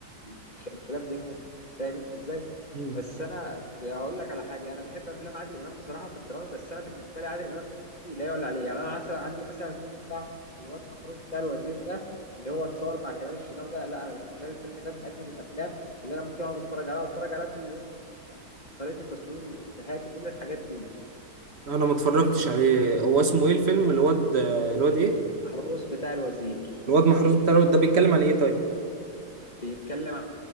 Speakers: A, on the left (about 25°); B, on the right (about 40°).
A: الخ- الخلاف بينهم فاهم انت ازاي
B: مم.
A: بس انا هقول لك على حاجه انا بحب افلام عادل امام بصراحه في الدرامي بس انا بالنسبه لي عادل امام في الكوميدي لا يعلى عليه يعني انا عسل عندي مثلا الفيلم بتاع الواد محروس بتاع الوزير ده اللي هو اتصور مع كمال الشناوي ده لا انا بالنسبه لي الفيلم ده من اجمد الافلام اللي انا ممكن اقعد اتفرج عليها واتفرج عليها كل يوم طريقه التصوير والافيهات وكل الحاجات دي
B: انا ما اتفرجتش عليه هو اسمه ايه الفيلم الواد الواد ايه
A: محروس بتاع الوزير
B: الواد محروس بتاع الواد ده بيتكلم عن ايه طيب
A: بيتكلم